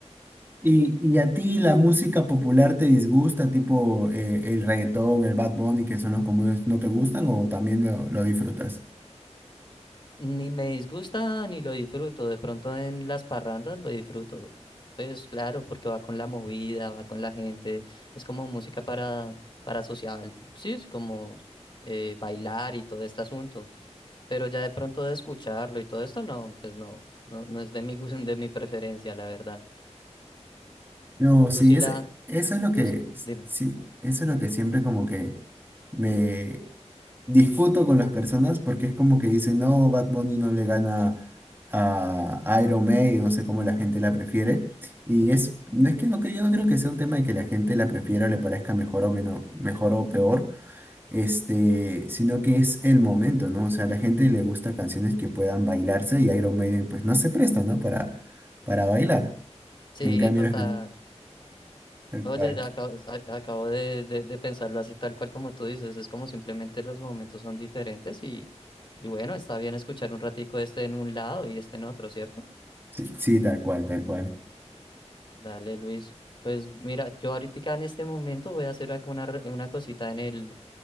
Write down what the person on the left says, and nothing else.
Ni me disgusta ni lo disfruto. De pronto en las parrandas lo disfruto. Pues claro, porque va con la movida, va con la gente. Es como música para, para social. Sí, es como eh, bailar y todo este asunto. Pero ya de pronto de escucharlo y todo esto, no, pues no, no, no es de mi <laughs> gusto, de mi preferencia, la verdad.
Tú
sí
la,
tú sí, la- dime.
Ujú.
Sí,
total.
Oye,
acabo, a- acabo de, de- de pensarlo así tal cual como tú dices, es como simplemente los momentos son diferentes y, y bueno, está bien escuchar un ratico este en un lado y este en otro, ¿cierto?
Dale, Luis. Pues mira, yo ahorita en este momento voy a hacer acá una, re- una cosita en el,